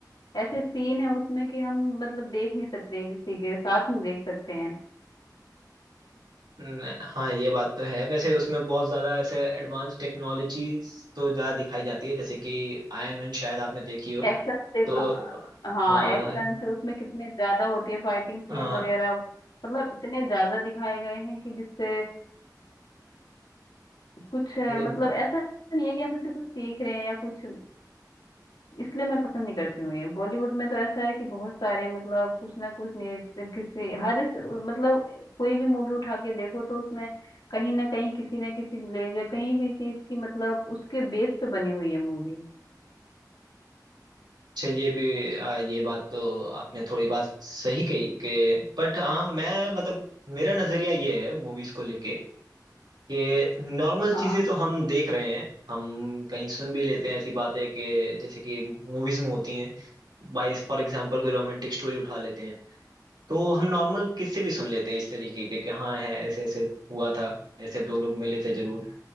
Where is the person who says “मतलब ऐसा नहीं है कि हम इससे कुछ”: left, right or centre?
Left